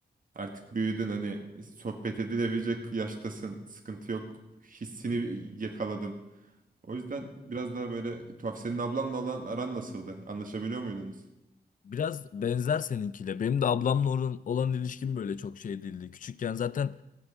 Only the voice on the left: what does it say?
Biraz benzer seninkiyle. Benim de ablamla olan, olan ilişkim böyle çok şey değildi. Küçükken zaten